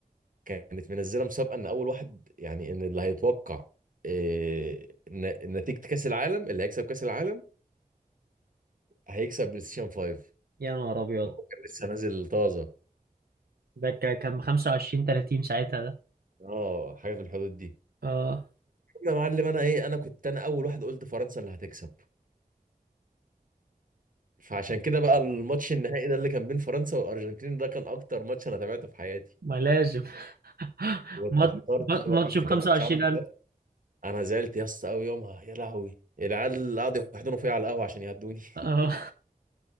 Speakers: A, on the right (about 60°); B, on the right (about 80°).
A: كانت منزله مسابقه ان اول واحد يعني ان اللي هيتوقع آه، ن- نتيجه كاس العالم اللي هيكسب كاس العالم هيكسب بلاي ستيشن 5
B: يا نهار ابيض
A: هو كان لسه نازل طازه
B: ده ك- كان 25 30 ساعتها ده
A: اه حاجه في الحدود دي
B: اه
A: يا معلم انا ايه انا كنت انا اول واحد قلت فرنسا اللي هتكسب فعشان كده بقى الماتش النهائي ده اللي كان بين فرنسا والارجنتين ده كان اكتر ماتش انا تابعته في حياتي
B: ما لازم <laughs>
A: واتأثرت
B: مات- ما-
A: بقى
B: ماتش
A: شفت
B: ب 25000
A: كان ماتش عامل ازاي انا زعلت يا اسطى قوي يومها يا لهوي العيال اللي قعدوا يحضنوا فيا على القهوه عشان يهدوني <laughs>
B: اه